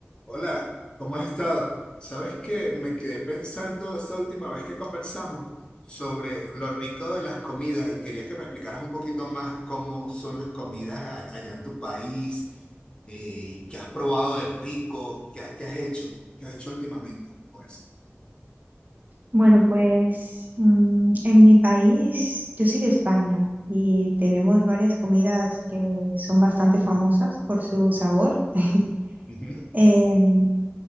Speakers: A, on the left; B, on the right.
A: Hola, ¿cómo has estado? Sabes que me quedé pensando esta última vez que conversamos sobre lo rico de las comidas y quería que me explicaras un poquito más cómo son las comidas a- allá en tu país, eh, qué has probado de rico, qué, ha- qué has hecho, qué has hecho últimamente. Pues.
B: Bueno, pues mm, en mi país, yo soy de España y tenemos varias comidas que son bastante famosas por su sabor. <laughs>
A: Ujú.
B: Em,